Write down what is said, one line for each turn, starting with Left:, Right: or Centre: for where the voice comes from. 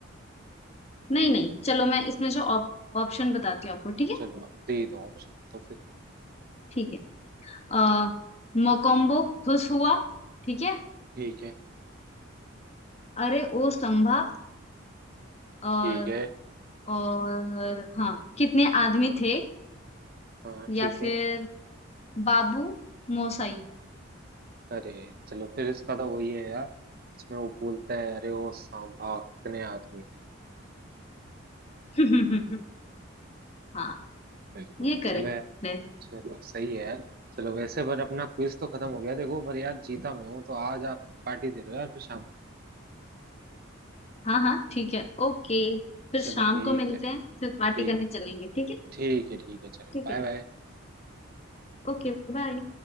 Left: नहीं नहीं चलो मैं इसमें से ऑप, ऑप्शन बताती हूँ आपको ठीक है
Right: चलो आप दे दो ऑप्शन तो फिर
Left: ठीक है आ, मोकोम्बो खुश हुआ ठीक है
Right: ठीक है
Left: अरे ओ संभा और
Right: ठीक है
Left: और हाँ कितने आदमी थे
Right: हाँ ठीक
Left: या फिर
Right: है
Left: बाबू मोसाई
Right: अरे चलो फिर इसका तो वही है यार इसमें वो बोलता है अरे ओ सांभा कितने आदमी थे
Left: <laughs> हाँ
Right: बिल्कुल
Left: ये करेक्ट
Right: चलो
Left: है।
Right: चलो सही है यार चलो वैसे पर अपना क्विज तो खत्म हो गया देखो पर यार जीता मैं हूँ तो आज आप पार्टी दे रहे हो यार फिर शाम को।
Left: हाँ हाँ ठीक है ओके फिर
Right: चलो
Left: शाम
Right: ठीक
Left: को मिलते
Right: है
Left: हैं फिर पार्टी
Right: ठीक
Left: करने चलेंगे ठीक है
Right: ठीक है ठीक है चलो
Left: ठीक
Right: बाय
Left: है
Right: बाय
Left: ओके बाय